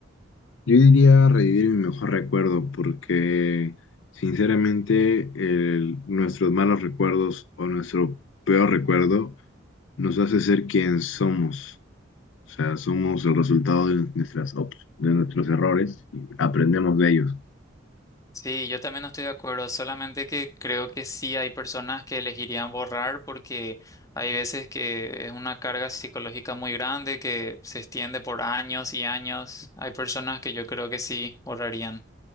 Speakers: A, on the left (about 70°); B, on the left (about 15°).
A: Yo diría revivir mi mejor recuerdo porque sinceramente el- nuestros malos recuerdos o nuestro peor recuerdo nos hace ser quien somos. O sea, somos el resultado de nuestras op- de nuestros errores y aprendemos de ellos.
B: Sí, yo también estoy de acuerdo, solamente que creo que sí hay personas que elegirían borrar porque hay veces que es una carga psicológica muy grande que se extiende por años y años. Hay personas que yo creo que sí borrarían.